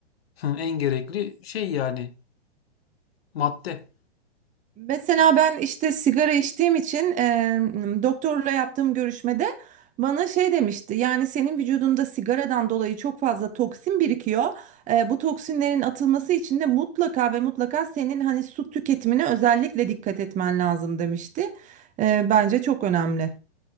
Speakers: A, on the left; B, on the right.
A: Hı, En gerekli şey yani madde.
B: Mesela ben işte sigara içtiğim için e, doktorla yaptığım görüşmede bana şey demişti. Yani senin vücudunda sigaradan dolayı çok fazla toksin birikiyor. E, bu toksinlerin atılması için de mutlaka ve mutlaka senin hani su tüketimine özellikle dikkat etmen lazım demişti. E, bence çok önemli.